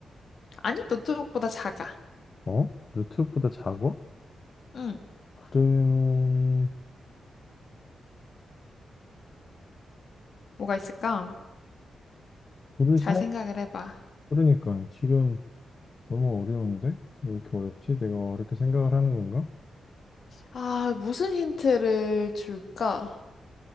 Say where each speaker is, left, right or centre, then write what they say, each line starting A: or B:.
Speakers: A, on the left; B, on the left.
A: 아니, 노트북보다 작아.
B: 어? 노트북보다 작아?
A: 응.
B: 그러면,
A: 뭐가 있을까?
B: 물을
A: 잘
B: 사용,
A: 생각을 해봐.
B: 그러니까 지금 너무 어려운데? 왜 이렇게 어렵지? 내가 어렵게 생각을 하는 건가?
A: 아, 무슨 힌트를 줄까?